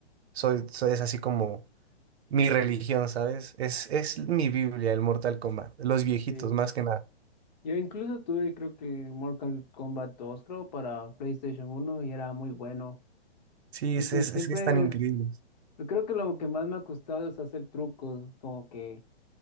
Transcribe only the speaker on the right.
soy, soy- es así como mi religión, ¿sabes? Es, es mi Biblia, el Mortal Kombat, los viejitos
más que nada.
Sí,
es,
es,
es que están increíbles.